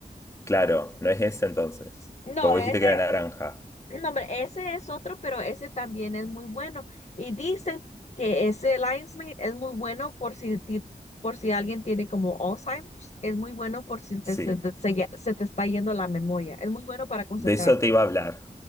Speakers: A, on the left; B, on the left.
A: claro, no es ese entonces.
B: No,
A: Porque vos
B: ese,
A: dijiste que era naranja.
B: No, hombre, ese es otro, pero ese también es muy bueno. Y dicen que ese Lion's es muy bueno por si, ti- por si alguien tiene como Alzheimer's, es muy bueno por si
A: Sí,
B: te- se, te, se ya- se te está yendo la memoria, es muy bueno para concentrarte.
A: De eso te iba a hablar,